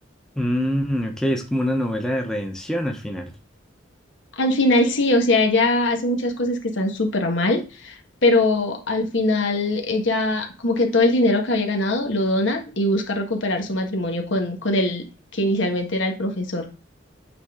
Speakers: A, in the centre; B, on the left.
A: Mm, ok, es como una novela de redención al final.
B: Al final sí, o sea, ella hace muchas cosas que están súper mal, pero al final ella como que todo el dinero que había ganado lo dona y busca recuperar su matrimonio con, con el que inicialmente era el profesor. <laughs>